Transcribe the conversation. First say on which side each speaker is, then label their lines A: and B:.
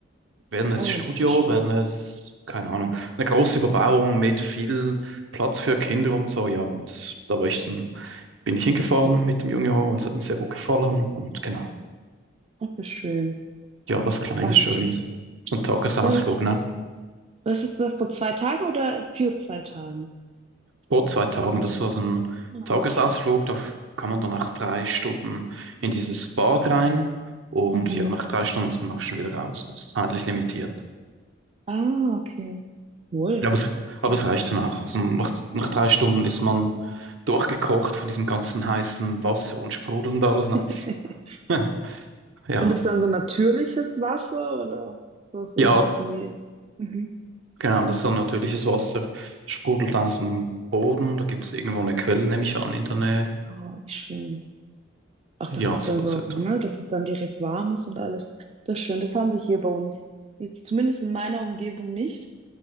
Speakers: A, on the right; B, on the right.
A: Wellnessstudio,
B: Oh, das ist
A: Wellness,
B: schön.
A: keine Ahnung, eine große Überbauung mit viel Platz für Kinder und so, ja. Und da war ich dann, bin ich hingefahren mit dem Junior und es hat mir sehr gut gefallen. Und genau,
B: Das ist schön.
A: ja, was Kleines,
B: Oh, das
A: Schönes.
B: ist schön.
A: So ein Tagesausflug,
B: Ja, das,
A: ne?
B: das ist das vor zwei Tagen oder für zwei Tagen?
A: Vor zwei Tagen, das war so ein Tagesausflug,
B: Ah, schön.
A: da kann man dann nach drei Stunden in dieses Bad rein und
B: Mhm.
A: ja, nach drei Stunden muss man auch schon wieder raus. Das ist zeitlich limitiert.
B: Ah, okay. Wohl.
A: Ja, Aber es, aber
B: Ja.
A: es reicht dann auch Also nach, nach drei Stunden ist man durchgekocht von diesem ganzen heißen Wasser und Sprudel und alles. Ne?
B: <laughs>
A: <laughs> Ja,
B: Sind das dann so natürliches Wasser oder ist das
A: ja,
B: irgendwie? Mhm.
A: genau. Das ist so natürliches Wasser. Sprudelt aus dem Boden. Da gibt es irgendwo eine Quelle, nehme ich an, in der Nähe.
B: Ah, wie schön. Auch
A: Ja,
B: dass es
A: so
B: dann
A: was
B: so,
A: etwa.
B: ne, dass es dann direkt warm ist und alles. Das ist schön. Das haben wir hier bei uns. Jetzt zumindest in meiner Umgebung nicht.